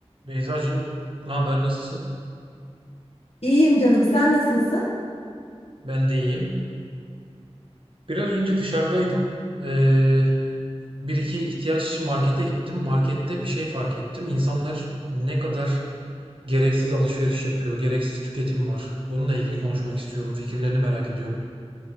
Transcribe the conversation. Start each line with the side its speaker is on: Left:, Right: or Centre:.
Right: Beyzacığım, ne haber, nasılsın?
Left: İyiyim canım, sen nasılsın?
Right: Ben de iyiyim. Biraz önce dışarıdaydım. Ee, bir iki ihtiyaç için markete gittim. Markette bir şey fark ettim. İnsanlar ne kadar gereksiz alışveriş yapıyor, gereksiz tüketim var. Bununla ilgili konuşmak istiyorum. Fikirlerini merak ediyorum.